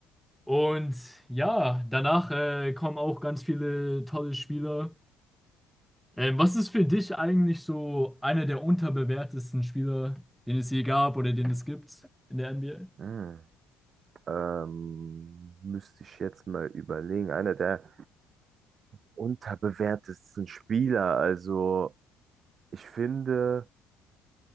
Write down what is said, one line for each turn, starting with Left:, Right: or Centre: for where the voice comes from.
Centre: Und ja, danach äh, kommen auch ganz viele tolle Spieler. Äh, was ist für dich eigentlich so einer der unterbewertesten Spieler, den es je gab oder den es gibt in der NBA?
Right: Hm, ähm, müsste ich jetzt mal überlegen. Einer der unterbewertesten Spieler. Also, ich finde,